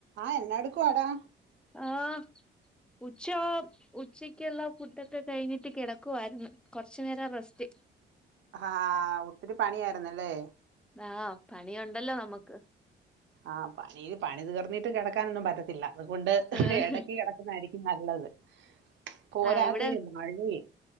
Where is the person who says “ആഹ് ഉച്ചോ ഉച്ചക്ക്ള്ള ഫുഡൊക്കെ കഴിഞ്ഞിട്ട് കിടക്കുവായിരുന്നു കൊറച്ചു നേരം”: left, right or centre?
Centre